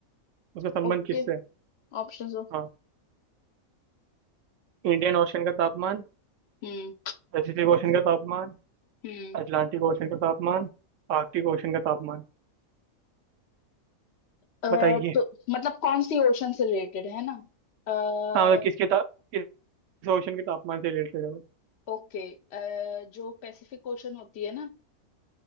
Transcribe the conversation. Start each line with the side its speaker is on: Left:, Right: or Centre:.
Right: उसका संबंध
Left: ओके
Right: किससे है?
Left: ऑप्शंस दो
Right: हाँ इंडियन ओशन का तापमान
Left: हम्म
Right: पैसिफिक ओशन का तापमान
Left: हम्म
Right: अटलांटिक ओशन का तापमान आर्कटिक ओशन का तापमान
Left: अ,
Right: बताइए
Left: तो मतलब कौन सी ओशन से रिलेटेड है ना अ,
Right: हाँ मतलब किसके ता किस ओशन के तापमान से रिलेटेड है वो
Left: ओके अ, जो पैसिफिक ओशन होती है ना